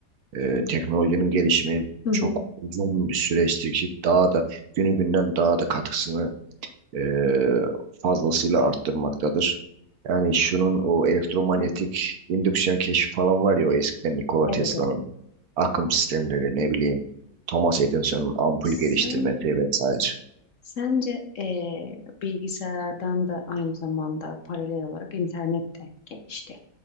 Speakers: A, on the right; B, on the left.
A: Ee, teknolojinin gelişimi
B: Hı hı.
A: çok uzun bir süreçtir ki daha da günü günden daha da katkısını e, fazlasıyla arttırmaktadır. Yani şunun o elektromanyetik
B: Hı.
A: indüksiyon keşfi falan var ya o eskiden Nikola
B: Evet
A: Tesla'nın
B: evet.
A: akım sistemleri ne bileyim Thomas Edison'un ampul
B: Sence
A: geliştirmesi vesaire.
B: Sence eee, bilgisayardan da aynı zamanda paralel olarak internet de gelişti.